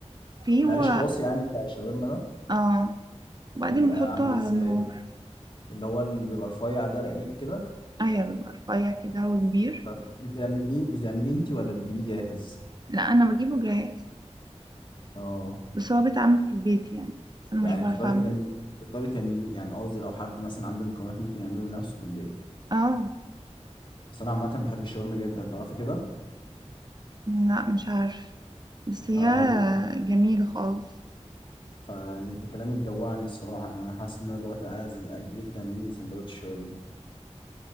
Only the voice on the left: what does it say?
العيش خاص يعني بتاع الشاورما ده
بيبقى
عامل ازاي
اللي هو اللي بيبقى رفيع ده رقيق كده
طب بتعمليه بتعمليه انت ولا بتجيبيه جاهز
اه
يعني
تقدري
تعملي تقدري تعملي يعني قصدي لو حد مثلا عنده مكونات ممكن يعمله لنفسه في البيت
بس انا عامه بحب الشاورما جدا تعرفي كده
اه بحب
فانت كلامك جوعني الصراحه يعني انا حاسس ان انا دلوقتي عايز اجيلك تعملي لي سندوتش شاورما